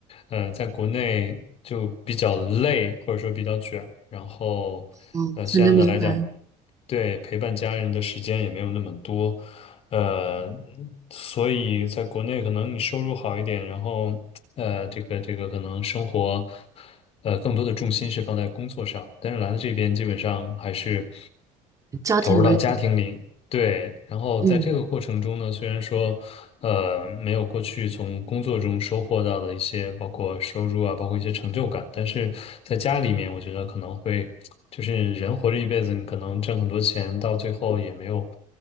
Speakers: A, on the left (about 45°); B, on the right (about 20°).
A: 嗯、在国内就比较累，或者说比较卷，然后呃，
B: 哦，
A: 相应的来讲，
B: 很能明白，
A: 对陪伴家人的时间也没有那么多。呃，所以在国内可能你收入好一点，然后呃，这个这个可能生活，呃，更多的重心是放在工作上，但是来了这边基本上还是
B: 家庭为主，
A: 投入到家庭里，对，然后在这个过程中呢，
B: 嗯，
A: 虽然说呃，没有过去从工作中收获到的一些，包括收入啊，包括一些成就感。但是在家里面，我觉得可能会，就是人活着一辈子，你可能挣很多钱，到最后也没有，